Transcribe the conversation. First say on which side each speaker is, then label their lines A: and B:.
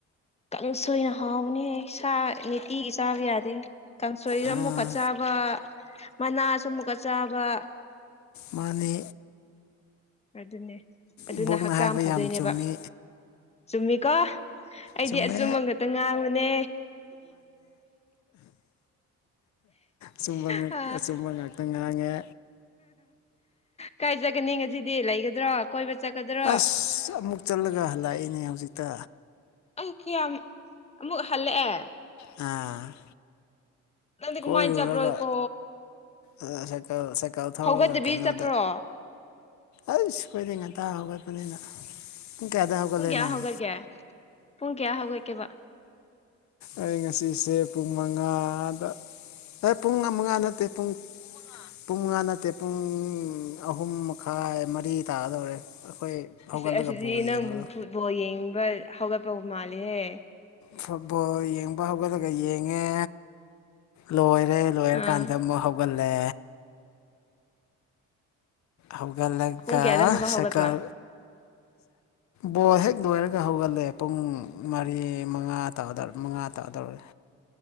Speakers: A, on the left (about 20°); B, on the left (about 65°).
A: ꯈꯪ ꯁꯣꯏꯅ ꯍꯥꯎꯕꯅꯦꯍꯦ ꯁꯥ ꯅꯤꯇꯤꯒꯤ ꯆꯥꯕ ꯌꯥꯗꯦ ꯀꯥꯡꯁꯣꯏꯁꯨ
B: ꯑꯥ
A: ꯑꯃꯨꯛꯀ ꯆꯥꯕ ꯃꯅꯥꯁꯨ ꯑꯃꯨꯛꯀ ꯆꯥꯕ
B: ꯃꯥꯅꯦ
A: ꯑꯗꯨꯅꯦ ꯑꯗꯨꯅ
B: ꯏꯕꯣꯛꯅ
A: ꯍꯛꯆꯥꯡ
B: ꯍꯥꯏꯕ
A: ꯐꯗꯣꯏꯅꯦꯕ
B: ꯌꯥꯝ ꯆꯨꯝꯃꯤ
A: ꯆꯨꯝꯃꯤꯀꯣ ꯑꯩꯗꯤ
B: ꯆꯨꯝꯃꯦ
A: ꯑꯆꯨꯝꯕ ꯈꯛꯇ ꯉꯥꯡꯕꯅꯦ
B: ꯆꯨꯝꯕ ꯉꯥꯛ
A: ꯑ
B: ꯑꯆꯨꯝꯕ ꯉꯥꯛꯇ ꯉꯥꯡꯉꯦ
A: ꯀꯥꯏ ꯖꯒꯅꯤ ꯉꯁꯤꯗꯤ ꯂꯩꯒꯗ꯭ꯔꯣ ꯀꯣꯏꯕ ꯆꯠꯀꯗ꯭ꯔꯣ
B: ꯑꯁ ꯑꯃꯨꯛ ꯆꯠꯂꯒ ꯍꯜꯂꯛꯏꯅꯦ ꯍꯧꯖꯤꯛꯇ
A: ꯑꯩꯀꯤꯌꯥꯝ ꯑꯃꯨꯛ ꯍꯜꯂꯛꯑꯦ
B: ꯑ
A: ꯅꯪꯗꯤ
B: ꯀꯣꯏꯔꯨꯔꯒ
A: ꯀꯃꯥꯏꯅ ꯆꯠꯄ꯭ꯔꯣꯀꯣ
B: ꯑ ꯁꯥꯏꯀꯜ ꯁꯥꯏꯀꯜ ꯊꯧꯔꯒ
A: ꯍꯧꯒꯠꯇꯕꯤ
B: ꯀꯩꯅꯣꯗ
A: ꯆꯠꯄ꯭ꯔꯣ
B: ꯑꯩꯁ ꯑꯈꯣꯏꯗꯤ ꯉꯟꯇꯥ ꯍꯧꯒꯠꯄꯅꯤꯅ ꯄꯨꯡ ꯀꯌꯥꯗ ꯍꯧꯒꯠꯂꯦ
A: ꯄꯨꯡ ꯀꯌꯥ
B: ꯅꯪ
A: ꯍꯧꯒꯠꯀꯦ ꯄꯨꯡ ꯀꯌꯥ ꯍꯧꯒꯠꯀꯦꯕ
B: ꯑꯩ ꯉꯁꯤꯁꯦ ꯄꯨꯡ ꯃꯉꯥꯗ ꯍꯦ ꯄꯨꯡ ꯃꯉꯥ ꯅꯠꯇꯦ ꯄꯨꯡ ꯄꯨꯡ ꯃꯉꯥ ꯄꯨꯡ ꯃꯉꯥ ꯅꯠꯇꯦ ꯄꯨꯡ ꯑꯍꯨꯝ ꯃꯈꯥꯏ ꯃꯔꯤ ꯇꯥꯗꯧꯔꯦ ꯑꯩꯈꯣꯏ ꯍꯧꯒꯠꯂꯒ
A: ꯏꯁ ꯑꯁꯤꯗꯤ
B: ꯕꯣꯜ
A: ꯅꯪ
B: ꯌꯦꯡꯕꯗꯣ
A: ꯐꯨꯠꯕꯣꯜ ꯌꯦꯡꯕ ꯍꯧꯒꯠꯄꯕꯨ ꯃꯥꯜꯂꯦꯍꯦ
B: ꯐꯨꯠꯕꯣꯜ ꯌꯦꯡꯕ ꯍꯧꯒꯠꯂꯒ ꯌꯦꯡꯉꯦ ꯂꯣꯏꯔꯦ ꯂꯣꯏꯔꯀꯥꯟꯗ
A: ꯑꯥ
B: ꯑꯃꯨꯛ ꯍꯧꯒꯠꯂꯦ ꯍꯧꯒꯠꯂꯒ
A: ꯄꯨꯡ ꯀꯌꯥꯗ ꯑꯃꯨꯛꯀ
B: ꯁꯥꯏꯀꯜ
A: ꯍꯧꯒꯠꯄ
B: ꯕꯣꯜ ꯍꯦꯛ ꯂꯣꯏꯔꯒ ꯍꯧꯒꯠꯂꯦ ꯄꯨꯡ ꯃꯔꯤ ꯃꯉꯥ ꯇꯗꯧ ꯃꯉꯥ ꯇꯥꯗꯧꯔꯦ